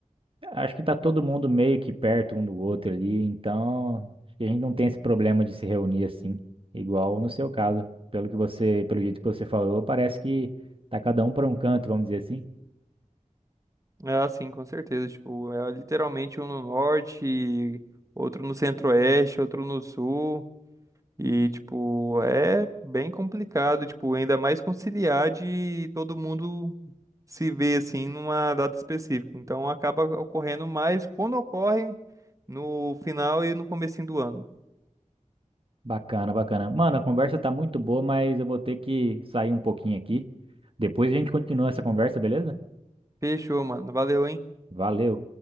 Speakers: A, on the right; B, on the right.
A: acho que tá todo mundo meio que perto um do outro ali, então acho que a gente não tem esse problema de se reunir assim, igual no seu caso. Pelo que você, pelo jeito que você falou, parece que tá cada um para um canto, vamos dizer assim.
B: Ah, sim, com certeza. Tipo, é literalmente um no norte, outro no centro-oeste, outro no sul. E, tipo, é bem complicado, tipo, ainda mais conciliar de todo mundo se ver, assim, numa data específica. Então, acaba ocorrendo mais quando ocorre no final e no comecinho do ano.
A: Bacana, bacana. Mano, a conversa tá muito boa, mas eu vou ter que sair um pouquinho aqui. Depois a gente continua essa conversa, beleza?
B: Fechou, mano. Valeu, hein?
A: Valeu.